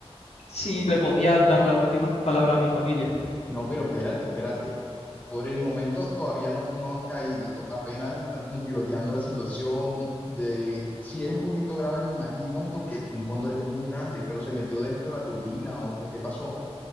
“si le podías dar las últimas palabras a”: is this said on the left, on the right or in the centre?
Left